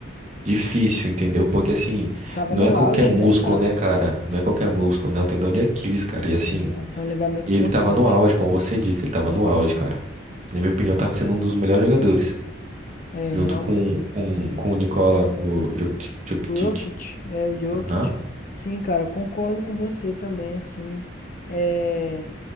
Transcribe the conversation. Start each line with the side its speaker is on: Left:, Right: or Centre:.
Right: difícil, entendeu? Porque assim,
Left: Tava
Right: não
Left: no
Right: é qualquer
Left: auge,
Right: músculo,
Left: né, cara?
Right: né, cara? Não é qualquer músculo, né? O tendão de Aquiles, cara. E assim,
Left: Exato, é um ligamento
Right: e
Left: importante.
Right: ele tava no auge, como você disse, ele tava no auge, cara. Na minha opinião, tava sendo um dos melhores jogadores.
Left: É,
Right: Junto
Left: real...
Right: com, com,
Left: é,
Right: com o Nicola, o Jokic. Jokic.
Left: o Jokic, é o Jokic.
Right: Aham.
Left: Sim, cara, concordo com você também, assim. É,